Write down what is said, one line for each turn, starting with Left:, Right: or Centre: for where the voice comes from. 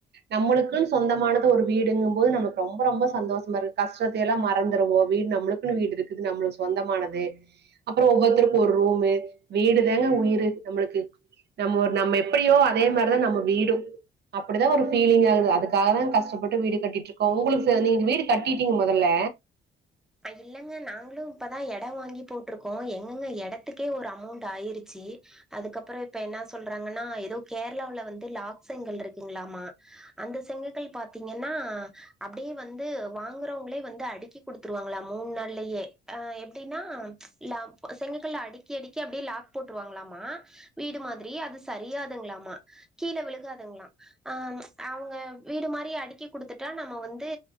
Right: நம்மளுக்குன் சொந்தமானது ஒரு வீடுங்கும் போது நமக்கு ரொம்ப ரொம்ப சந்தோஷமா இருக்கு கஷ்ட த்த எல்லா மறந்துடுவோ வீடு நம்மளுக்குன்னு வீடு இருக்குது நம்ளுக்கு சொந்தமானது அப்புற ஒவ்வொருத்தருக்கும் ஒரு ரூமு வீடுதாங்க உயிரு நம்மளுக்கு நம்ம ஒரு நம்ம எப்டியோ அதே மாரிதா நம்ம வீடூ அப்டிதா ஒரு ஃபீலிங் ஆகுது அதுக்காக தா கஷ்டப்பட்டு வீடு கட்டிட் இருக் உங்களுக்கு நீங்க வீடு கட்டிட்டீங்க மொதல்ல
Centre: இல்லங்க நாங்களு இப்பதா எட வாங்கி போட்ருக்கோ எங்கங்க எடத்துக்கே ஒரு அமௌண்ட் ஆய்ருச்சு அதுக்கப்புற இப்ப என்ன சொல்றாங்கன்னா எதோ கேரளாவுல வந்து லாக்செங்கல் இருக்குங்ளாமா அந்த செங்ககல் பாத்தீங்கன்னா அப்டியே வந்து வாங்குறவங்களே வந்து அடுக்கி குடுத் த்துருவாங்களா மூண் நாள்லயே அ எப்டின்னா ச் லா செங்ககல்ல அடிக்கி அடிக்கி அப்டியே லா க் போட்ருவாங்களாமா வீடு மாதிரி அது சரியாதுங்களாமா கீழ விழுகாதுங்களா ஆ அவங்க வீடு மாரி அடுக்கி குடுத்துட்டா நம்ம வந்து